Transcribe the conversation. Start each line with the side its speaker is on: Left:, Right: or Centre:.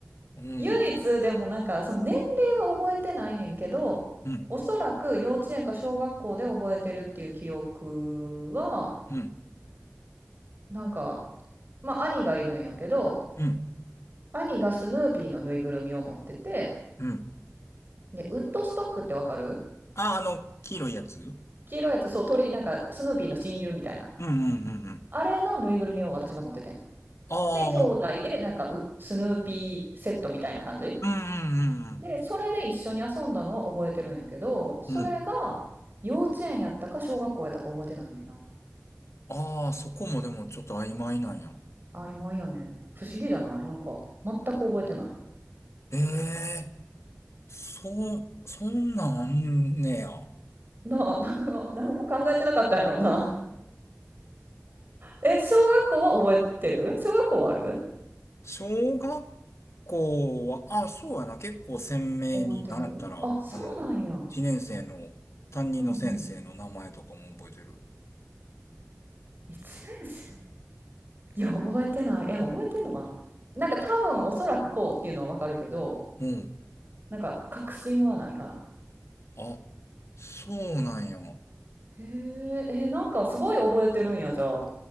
Left: うん。
Right: 唯一でもなんか、その年齢は覚えてないねんけど、
Left: うん。
Right: おそらく幼稚園か小学校で覚えてるっていう記憶は、
Left: うん。
Right: なんか、まあ兄がいるんやけど、
Left: うん。
Right: 兄がスヌーピーのぬいぐるみを持ってて、
Left: うん。
Right: で、ウッドストックってわかる
Left: あ、あの、黄色いやつう
Right: 黄色いやつ、そう、鳥、なんか、スヌーピーの親友みたいな。
Left: んうんうんうん。
Right: あれのぬいぐるみを私が持っててん。
Left: ああ、
Right: で、兄弟で、
Left: うん
Right: なんかう、スヌーピーセットみたいな感じ
Left: うんうん
Right: で、それで一緒に遊んだのは覚えてるんやけど、それが、
Left: うん。うん。
Right: 幼稚園やったか小学校やったか覚えてないねんな。
Left: ああ、そこもでもちょっと曖昧なんや。
Right: 曖昧やねん。不思議じゃないなんか、全く覚えてない。
Left: ええそう、そんなんあんねや。
Right: なあ、<laughs> なんか、何も考えてなかったんやろうな。え、小学校は覚えてる小学校はある
Left: 小学校は、あ、そうやな、結構鮮明に、
Right: 覚えてるあ、
Left: なんやったら、
Right: そうなんや。
Left: あの、一年生の担任の先生の名前とかも覚えてる。
Right: うんうん。1年生いや、覚えてない。いや、覚えてんのかななんか多分おそらくこうっていうのはわかるけど、
Left: うん。
Right: なんか確信はないかな。
Left: あ、そうなんや。
Right: へえ、え、なんかすごい覚えてるんや、じゃあ。